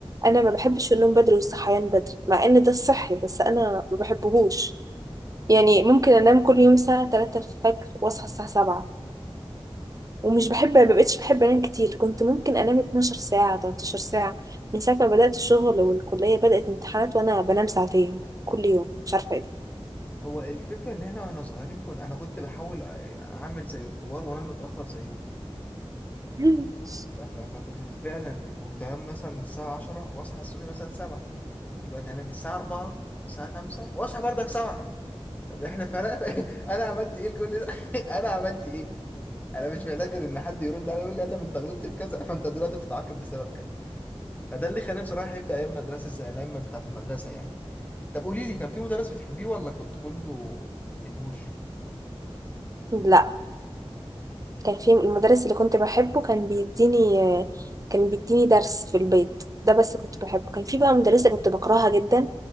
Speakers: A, on the right; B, on the left.
A: انا ما بحبش النوم بدري والصحيان بدري مع ان ده الصحي بس انا ما بحبهوش يعني ممكن انام كل يوم الساعه 3 الفجر واصحى الساعه 7 ومش بحب ما بقتش بحب انام كتير كنت ممكن انام 12 ساعه 13 ساعه من ساعه ما بدات الشغل والكليه بدات امتحانات وانا بنام ساعتين كل يوم مش عارفه ايه
B: هو الفكره ان احنا واحنا صغيرين كنا انا كنت بحاول اعمل زي الكبار وانام متاخر زيهم
A: ده.
B: ف- ف- فكنت فعلا كنت انام مثلا الساعه 10 واصحى الصبح مثلا 7 دلوقتي هنام الساعة 4 أو الساعة 5 وأصحى برضك 7 طب إحنا فرق <laughs> أنا عملت إيه لكل ده؟ <laughs> أنا عملت إيه؟ أنا مش محتاج غير إن حد يرد عليا يقول لي أدم أنت غلطت في كذا فأنت دلوقتي بتتعاقب بسبب كذا فده اللي خلاني بصراحة أحب أيام مدرسة زي الأيام بتاعة المدرسة يعني طب قولي لي كان في مدرس بتحبيه ولا كنت كله ما بتحبوش؟
A: <laughs> لا كان في المدرس اللي كنت بحبه كان بيديني كان بيديني درس في البيت ده بس كنت بحبه كان في بقى مدرسة كنت بكرهها جدا